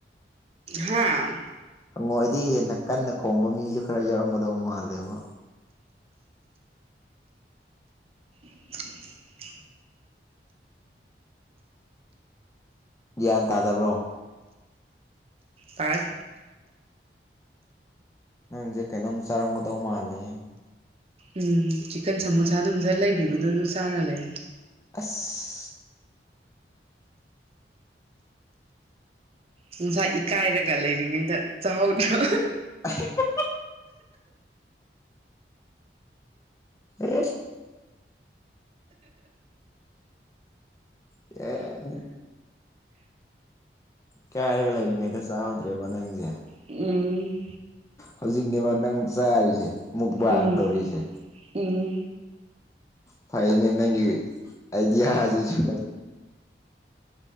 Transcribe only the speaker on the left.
ꯍꯪꯉꯣꯏꯗꯤ ꯍꯦꯟꯅ ꯀꯟꯅ ꯈꯣꯡꯕ ꯃꯤꯁꯨ ꯈꯔ ꯌꯥꯎꯔꯝꯒꯗꯧ ꯃꯥꯜꯂꯦꯕ
ꯒ꯭ꯌꯥꯟ ꯇꯥꯗꯕ꯭ꯔꯣ
ꯅꯪꯁꯦ ꯀꯩꯅꯣꯝ ꯆꯥꯔꯝꯒꯗꯧ ꯃꯥꯜꯂꯦ
ꯑꯁ
<inaudible> ꯎ ꯑ ꯀꯥꯏꯔꯒ ꯂꯩꯔꯤꯉꯩꯗ ꯆꯥꯍꯧꯗ꯭ꯔꯦꯕ ꯅꯪꯁꯦ
ꯍꯧꯖꯤꯛꯅꯦꯕ ꯅꯪ ꯆꯥꯔꯤꯁꯦ ꯃꯨꯛꯕꯥꯥꯡ
ꯇꯧꯔꯤꯁꯦ
ꯐꯥꯏꯅꯦ ꯅꯪꯒꯤ ꯑꯗꯤꯌꯥ ꯍꯥꯏꯖꯤꯁꯨ